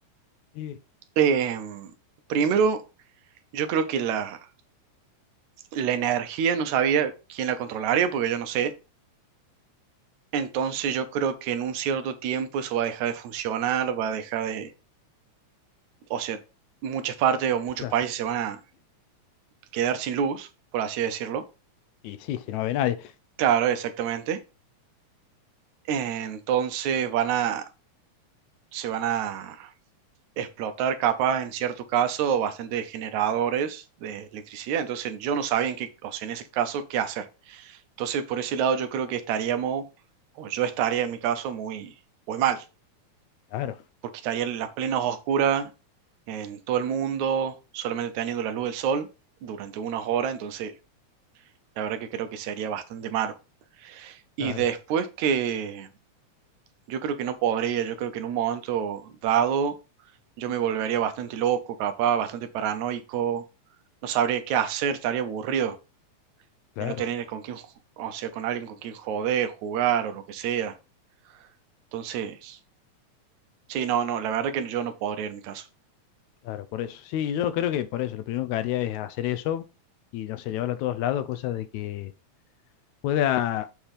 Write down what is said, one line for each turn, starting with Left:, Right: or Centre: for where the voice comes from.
Left: sí,
Right: em, primero, yo creo que la la energía no sabía quién la controlaría, porque yo no sé. Entonces yo creo que en un cierto tiempo eso va a dejar de funcionar, va a dejar de, o sea, muchas partes o muchos
Left: claro.
Right: países se van a quedar sin luz, por así decirlo.
Left: Y sí, si no ve nadie.
Right: Claro, exactamente. Entonces van a, se van a explotar capaz en cierto caso bastante generadores de electricidad. Entonces yo no sabía en qué, o sea, en ese caso qué hacer. Entonces por ese lado yo creo que estaríamos, o yo estaría en mi caso muy, muy mal.
Left: Claro,
Right: porque estarían las plenas oscuras en todo el mundo, solamente teniendo la luz del sol durante unas horas, entonces la verdad que creo que sería bastante malo. Y
Left: claro,
Right: después que yo creo que no podría, yo creo que en un momento dado yo me volvería bastante loco, capaz, bastante paranoico, no sabría qué hacer, estaría aburrido
Left: claro,
Right: de no tener con quién, ju- o sea, con alguien con quien joder, jugar o lo que sea. Entonces, sí, no, no, la verdad que yo no podría en mi caso.
Left: claro, por eso. Sí, yo creo que por eso, lo primero que haría es hacer eso y, no sé, llevarlo a todos lados, cosa de que pueda